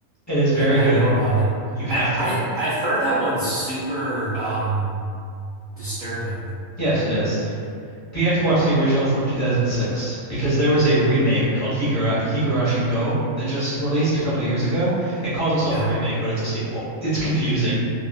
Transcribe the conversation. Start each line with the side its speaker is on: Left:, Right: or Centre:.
Left: It is very
Right: I I
Left: good.
Right: know about it.
Left: You have
Right: I've
Left: to
Right: I
Left: watch.
Right: I've heard that one's super um disturbing.
Left: Yes, it is. But you have to watch the original from 2006 because there was a remake called Higura Higurashi Go that just released a couple years ago. It calls itself
Right: Yeah,
Left: a remake, but it's a sequel. It's confusing.